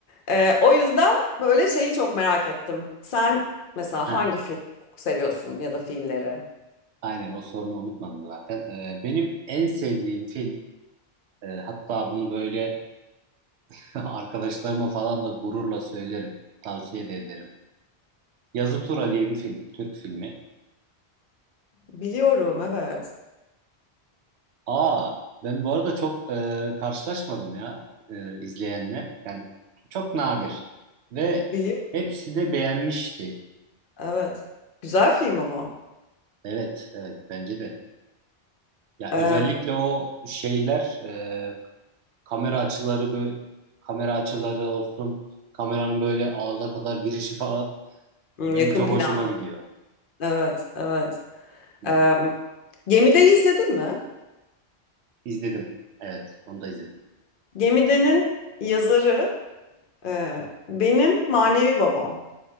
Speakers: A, on the left (about 55°); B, on the right (about 80°).
A: E, o yüzden böyle şeyi çok merak ettim. Sen mesela
B: Heh,
A: hangi film çok seviyorsun ya da filmleri?
B: Aynen o sorunu unutmadım zaten. Ee, benim en sevdiğim film e, hatta bunu böyle <laughs> arkadaşlarıma falan da gururla söylerim. Tavsiye de ederim. Yazı Tura diye bir film. Türk filmi.
A: Biliyorum,
B: Ee,
A: evet.
B: aa ben bu arada çok e, karşılaşmadım ya e, izleyenle. Yani çok nadir. Ve
A: Biliyorum,
B: hepsi de beğenmişti.
A: evet. Güzel film ama.
B: Evet, evet bence de. Ya
A: E,
B: özellikle o şeyler e, kamera açıları böyle kamera açıları olsun kameranın böyle ağza kadar girişi falan
A: hmm,
B: benim
A: yakın
B: çok
A: plan.
B: hoşuma gidiyor.
A: Evet, evet.
B: Hı hı.
A: E, Gemide'yi izledin mi?
B: İzledim. Evet, onu da izledim.
A: Gemide'nin yazarı Ee, benim manevi babam.